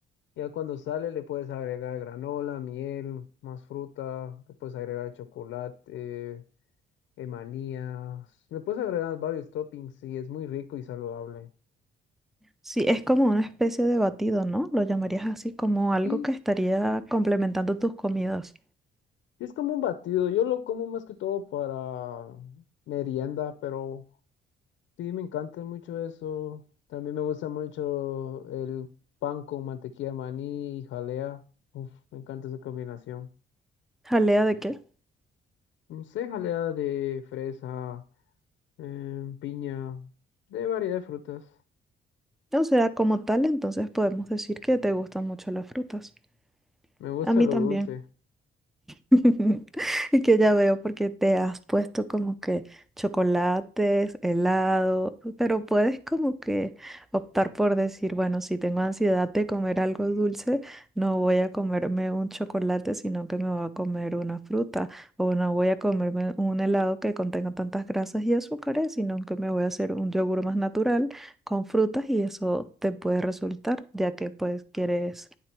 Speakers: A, on the left; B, in the centre.
A: Ya cuando sale le puedes agregar granola, miel, más fruta, le puedes agregar chocolate, eh, manías, le puedes agregar varios toppings y es muy rico y saludable.
B: Sí, es como una especie de batido, ¿no? Lo llamarías así como algo
A: sí es,
B: que estaría complementando tus comidas.
A: sí es como un batido, yo lo como más que todo para merienda, pero sí me encanta mucho eso. También me gusta mucho el pan con mantequilla de maní y jalea. Uf, me encanta esa combinación.
B: ¿Jalea de qué?
A: No sé, jalea de fresa, em, piña, de variedad de frutas.
B: O sea, como tal, entonces podemos decir que te gustan mucho las frutas.
A: Me gusta
B: A mí
A: lo
B: también.
A: dulce.
B: <laughs> Y que ya veo porque te has puesto como que chocolates, helado, pero puedes como que optar por decir, bueno, si tengo ansiedad de comer algo dulce, no voy a comerme un chocolate, sino que me voy a comer una fruta, o no voy a comerme un helado que contenga tantas grasas y azúcares, sino que me voy a hacer un yogur más natural con frutas y eso te puede resultar, ya que pues quieres